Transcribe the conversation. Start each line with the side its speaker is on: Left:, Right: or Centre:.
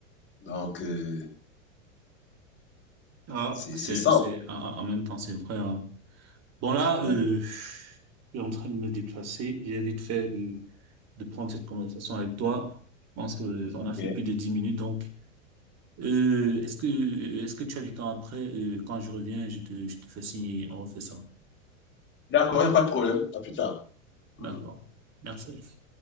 Left: Donc, euh,
Right: ah,
Left: c'est
Right: c'est,
Left: c'est ça.
Right: c'est, ah, ah, en même temps, c'est vrai. hein. Bon, là,
Left: Ouais,
Right: euh, je suis en train de me déplacer. J'ai vite fait... euh, de prendre cette conversation avec toi. Je pense qu'on
Left: ok.
Right: a fait plus de 10 minutes, donc euh, est-ce que euh, est-ce que tu as du temps après? Euh, quand je reviens, je te, je te fais signer, on refait ça.
Left: D'accord, il n'y a pas de problème. À plus tard. Mhm.
Right: D'accord. Merci.